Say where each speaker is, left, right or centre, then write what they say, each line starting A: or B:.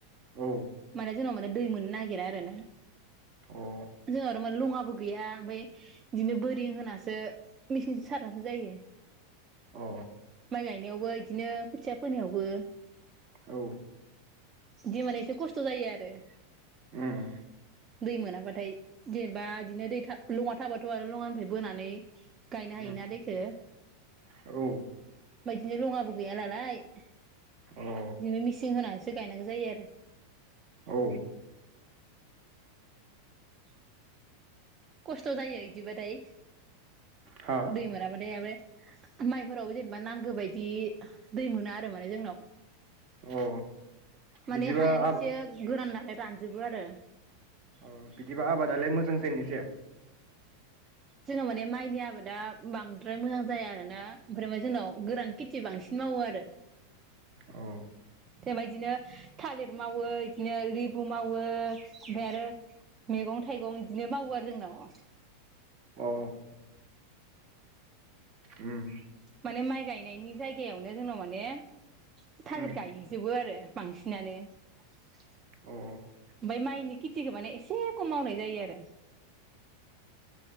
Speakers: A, on the right; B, on the right.
A: औ
B: माने जोंनाव मोन दै मोननो नागिरा आरो ना।
A: अ
B: जों आरो मान लङाबो गैया ओमफ्राय बिदिनो बोरि होनासो मेसिनसो सारनासो जायो।
A: अ
B: माइ गायनायावबोदि बिदिनो खोथिया फोनायावबो
A: औ।
B: जि माने एसे खस्थ' जायो आरो।
A: ओं।
B: दै मोनाबाथाय जेनेबा बिदिनो दै लङा थाबाथ' आरो लङानिफ्राय बोनानै गायनो हायोना
A: उम
B: दैेखौ
A: औ।
B: मायदिनो रङाबो गैया नालाय। बिदिनो
A: अ
B: मिसिन होना। सो गायनांगौ जायो आरो।
A: औ।
B: <inaudible> खस्थ' जायो बिदिबाथाय,
A: हा
B: दै मोनाबाथाय ओमफ्राय माइफोरावबो जेनेबा नांगौ बायदि दै मोना आरो माने जोंनाव
A: अ
B: माने
A: बिदिबा
B: हायानो
A: आबा
B: एसे गोरान ना। म रानजोबो आरो।
A: औ बिदिबा आबादालाय मोजां जायो ना जाया?
B: जोंनाव माने माइनि आबादा बांद्राय मोजां जाया आरोना ओमफ्राय म जोंनाव गोरान खेथि बांसिन मावो आरो।
A: औ।
B: बेबायदिनो। थालिर मावो, बिदिनो लेबु मावो ओमफ्राय आरो मैगं थाइगं बिदिनो मावो आरो जोंनाव।
A: अ उम।
B: माने माइ गायनायनि जायगायावनो जोंनाव माने थाजिर
A: उम
B: गायजोबो आरो। बांसिनानो ओमफ्राय
A: अ उम
B: माइनि खेथिखौ माने एसे खम मावनाय जायो आरो।